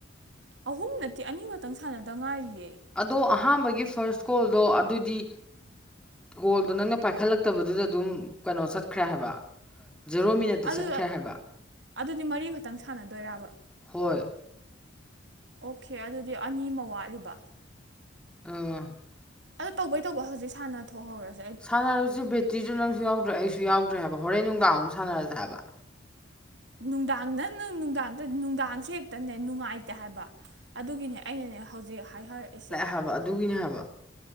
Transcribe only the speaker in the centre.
ꯑꯗꯣ ꯑꯍꯥꯟꯕꯒꯤ ꯐꯥꯔꯁ ꯀꯣꯜꯗꯣ ꯑꯗꯨꯗꯤ ꯀꯣꯜꯗꯣ ꯅꯪꯅ ꯄꯥꯏꯈꯠꯂꯛꯇꯕꯗꯨꯗ ꯑꯗꯨꯝ ꯀꯩꯅꯣ ꯆꯠꯈ꯭ꯔꯦ ꯍꯥꯏꯕ ꯖꯦꯔꯣ ꯃꯤꯅꯠꯇ
ꯆꯠꯈ꯭ꯔꯦ ꯍꯥꯏꯕ
ꯍꯣꯏ
ꯎꯝ
ꯁꯥꯟꯅꯔꯁꯤ ꯕꯦꯇ꯭ꯔꯤꯗꯨ ꯅꯪꯁꯨ ꯌꯥꯎꯗ꯭ꯔꯦ ꯑꯩꯁꯨ ꯌꯥꯎꯗ꯭ꯔꯦ ꯍꯥꯏꯕ ꯍꯣꯔꯦꯟ ꯅꯨꯡꯗꯥꯡ ꯑꯃꯨꯛ ꯁꯥꯟꯅꯔꯁꯦ ꯍꯥꯏꯕ
ꯊꯕ ꯑꯗꯨꯒꯤꯅꯦ ꯍꯥꯏꯕ